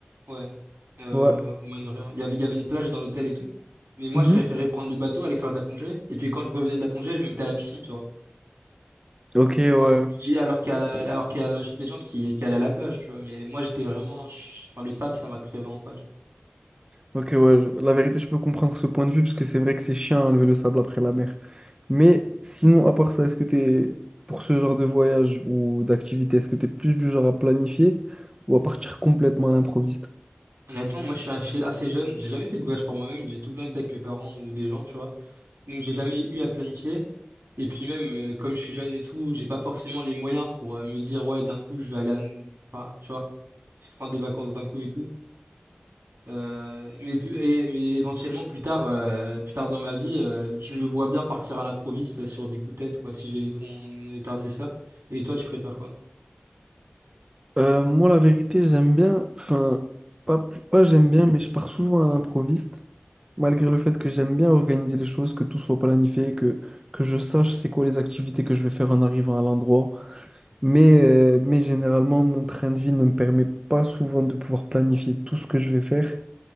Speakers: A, on the right; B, on the right.
A: Ouais. Euh,
B: Ouais.
A: ouais, Oman, Orient. Il y avait, il y avait une plage dans l'hôtel et tout. Mais moi,
B: Mhm.
A: je préférais prendre le bateau, aller faire de la plongée. Et puis quand je revenais de la plongée, je me mettais à la piscine, tu vois.
B: Ok, ouais.
A: Je Alors qu'il y a la, alors qu'il y a la majorité des gens qui, qui allaient à la plage, tu vois. Mais moi, j'étais vraiment. je- Enfin, le sable, ça m'attirait vraiment pas. tu
B: Ok, ouais. La vérité, je peux comprendre ce point de vue parce que c'est vrai que c'est chiant à lever le sable après la mer. Mais sinon, à part ça, est-ce que t'es, pour ce genre de voyage ou d'activité, est-ce que t'es plus du genre à planifier ou à partir complètement à l'improviste?
A: vois. Honnêtement, moi, je suis assez assez jeune. J'ai jamais fait de voyage pour moi-même. J'ai tout le temps été avec mes parents ou des gens, tu vois. Donc, j'ai jamais eu à planifier. Et puis même, euh, comme je suis jeune et tout, j'ai pas forcément les moyens pour euh, me dire, ouais, d'un coup, je vais aller à... N- enfin, tu vois, je prends des vacances d'un coup et tout. Euh, mais, plus, et- mais éventuellement, plus tard, euh, plus tard dans ma vie, euh, je me vois bien partir à l'improviste sur des coups de tête, quoi, si j'ai les fonds mon état nécessaire. Et toi, tu préfères quoi?
B: Euh, moi, la vérité, j'aime bien, enfin, pas, plus- pas j'aime bien, mais je pars souvent à l'improviste, malgré le fait que j'aime bien organiser les choses, que tout soit planifié, que, que je sache c'est quoi les activités que je vais faire en arrivant à l'endroit. Mais, euh, mais généralement, mon train de vie ne me permet pas souvent de pouvoir planifier tout ce que je vais faire.